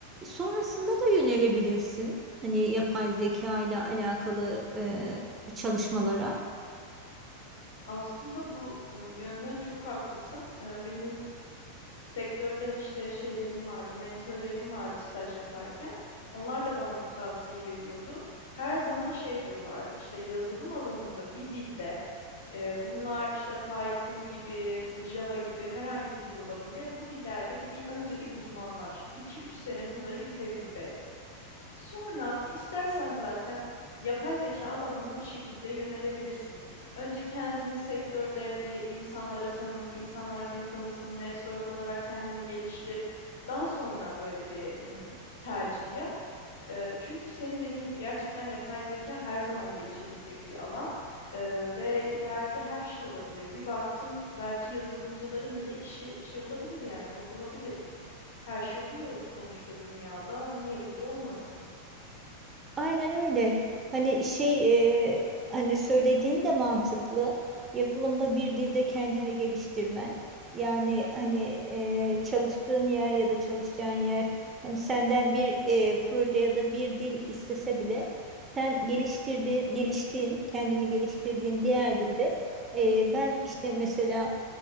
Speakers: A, on the right (about 20°); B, on the left (about 70°).
A: sonrasında da yönelebilirsin. Hani yapay zeka ile alakalı e, çalışmalara.
B: Aslında bu e, yönden çok haklısın. E, Benim sektörden işte şeylerim vardı, mentörlerim vardı staj yaparken. Onlar da bana bu tavsiyeyi veriyordu. Her zaman şey diyorlardı işte yazılım alanında bir dilde e, bunlar işte Python gibi, Java gibi herhangi bir dil olabilir. Bu dillerde bir önce bir uzmanlaş. iki üç sene bunları bir tecrübe et. Sonra istersen zaten yapay zeka alanına bir şekilde yönelebilirsin. Önce kendini sektörde bir insanlara tanıt, insanlar seni tanısın, network olarak kendini geliştir. Daha sonra böyle bir mm, tercih yap. Eee, çünkü senin dediğin gibi gerçekten yapay zeka her zaman gelişebilecek bir alan Eee, ve ileride her şey olabilir. Bir baktın belki yazılımcıların bile işi şey olabilir yani yok olabilir. Her şey oluyor sonuçta dünyada. Niye bu da olmasın?
A: Aynen öyle. Hani şey e, hani söylediğin de mantıklı. Yazılımda bir dilde kendini geliştirmen. Yani hani e, çalıştığın yer ya da çalışacağın yer hani senden bir e, proje ya da bir dil istese bile sen geliştirdiğin, geliştiğin, kendini geliştirdiğin diğer dilde e, ben işte mesela